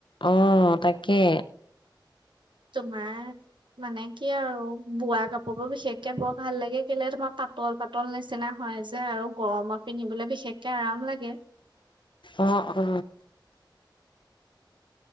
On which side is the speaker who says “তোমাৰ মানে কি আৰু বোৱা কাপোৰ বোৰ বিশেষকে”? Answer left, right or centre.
Right